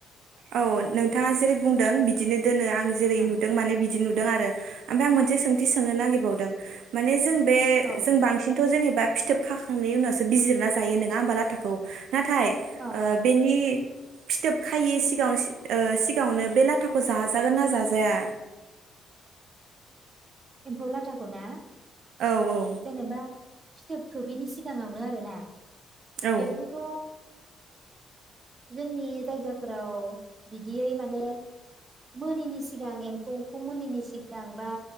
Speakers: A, on the right (about 80°); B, on the right (about 30°).
A: औ नोंथाङा जेरै बुंदों बिदिनो दोनो आं जेरै
B: औ
A: नुदों माने बिदि नु दों आरो ओमफाय आं मोनसे सों थि सोंनो नागिरबावदों माने जों बे
B: औ औ
A: जों बांसिनथ' जेनेब बा फिथोब खाखांनायनि उनावसो बिजिरना जायो नोङा होमबा लाथाखौ नाथाय
B: औ
A: ओ
B: औ
A: बेनि फिथोब खा हायो एसे। गाङाव सि ओ सिगाङावनो बे लाथाखौ जाजागोन ना जाजाया
B: एम्फौ लाथाखौ ना
A: औ औ
B: जेनेबा फिथोब थोबैनि सिगाङावनो आरोना
A: औ
B: बेखौथ' जोंनि जायगाफोराव बिदियै माने मोनिनि सिगां एम्फौखौ मोनिनि सिगां बा